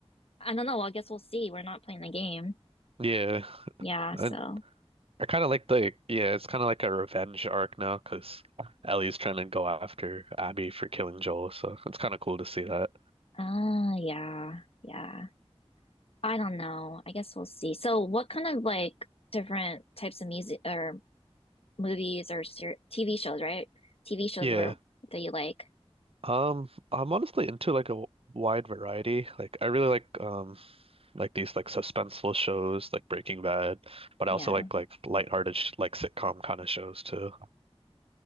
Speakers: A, on the left; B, on the right.
A: I don't know. I guess we'll see. We're not playing the game.
B: Yeah.
A: Yeah,
B: I,
A: so
B: I kind of like the, yeah, it's kind of like a revenge arc now because Ellie's trying to go after Abby for killing Joel. So it's kind of cool to see that.
A: uh yeah, yeah. I don't know. I guess we'll see. So what kind of like different types of music or movies or ser TV shows, right? TV shows
B: Yeah.
A: were that you like.
B: Um, I'm honestly into like a w- wide variety. Like I really like um like these like suspenseful shows like Breaking Bad, but I
A: Yeah.
B: also like like lighthearted sh like sitcom kind of shows too.